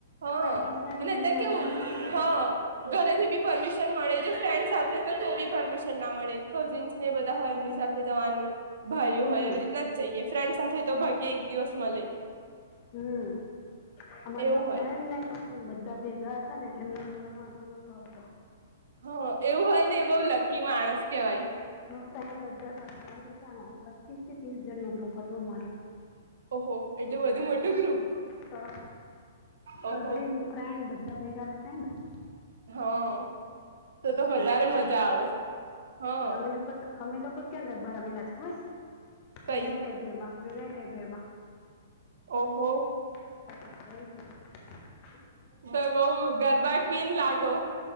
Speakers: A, on the right; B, on the left.
A: હા
B: પેરેન્ટસ ને
A: અને
B: બી
A: અત્યારે
B: એ નાનો
A: કેવું
B: નાનો
A: હા ઘરેથી બી પરમિશન મળે જો ફ્રેન્ડ સાથે તો તો બી પરમિશન ના મળે કઝિન્સ ને બધા હોય એમની સાથે જવાનું. ભાઈયો
B: હમ
A: હોય એવી રીતના જઈએ ફ્રેન્ડ સાથે તો ભગી એક દિવસ મલે.
B: હમ્મ, અમારે
A: એવું
B: તો ફ્રેન્ડ
A: હોય
B: ને ક હમ્મ બધા ભેગા હતા ને એટલે મારે વાંધો નહતો આવતો.
A: હો એવું હોય ને એ બહુ લકી માણસ કેવાય.
B: ફ્રેન્ડ બધા સાથે અમારે કેટલા ન પચીસ થી ત્રીસ જણ નું ગ્રુપ હતું અમારું.
A: ઓહો એટલે બધુ મોટું ગ્રુપ?
B: તો
A: ઓહો
B: કઝિન ફ્રેન્ડ બધા ભેગા થાય ને
A: હા, તો તો વધારે મજા આવે હા.
B: અને અમે લોકો અમે લોકો કત્યાં ગરબા રમેલા છે ખબરસ
A: કઈ
B: યુનાઈટેડ વેમાં યુનાઇટેડ વેમાં.
A: ઓહો.
B: તા તો <inaudible>
A: તો બઉ ગરબા ક્વીન લાગો.